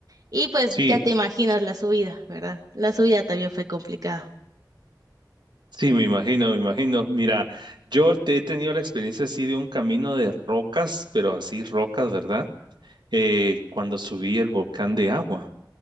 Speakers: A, on the right; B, on the right.
A: Y pues
B: Sí,
A: ya te imaginas la subida, ¿verdad? La subida también fue complicada.
B: sí, me imagino, me imagino. Mira, yo te- he tenido la experiencia así de un camino de rocas, pero así rocas, ¿verdad? Eh, cuando subí el volcán de agua.